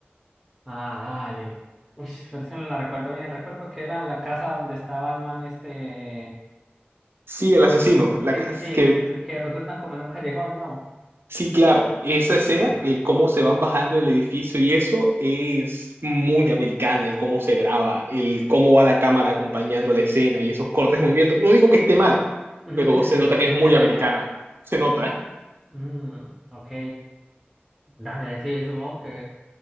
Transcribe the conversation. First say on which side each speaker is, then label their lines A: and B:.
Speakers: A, in the centre; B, on the right.
A: Ah, dale. Uy, pero es que no la recuerdo bien. Recuerdo que era en la casa donde estaba el man este.
B: Sí, el asesino,
A: Sí,
B: la,
A: sí,
B: ca-
A: sí. sí,
B: que,
A: Que, se- que rotulan como en un callejón, ¿no?
B: sí, claro, esa escena,
A: Ahí va.
B: el cómo se van bajando del edificio y eso es muy americana, el cómo se graba, el cómo va la cámara acompañando la escena y esos cortes de movimiento. No digo que esté mal,
A: Ujú,
B: pero
A: Sí,
B: se
A: sí,
B: nota
A: sí.
B: que
A: Se,
B: es muy
A: se nota.
B: americana, se nota.
A: Mm, ok. Dale, sí, supongo que.